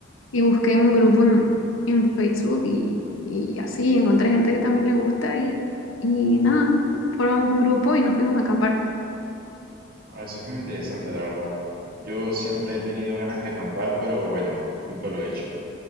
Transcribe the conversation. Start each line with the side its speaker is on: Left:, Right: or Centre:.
Left: Y busqué un grupo en, en Facebook y, y así encontré gente que también le gusta y, y nada, formamos un grupo y nos fuimos a acampar.
Right: ah, eso es muy interesante, la verdad. Yo siempre he tenido ganas de acampar, pero bueno, nunca lo he hecho.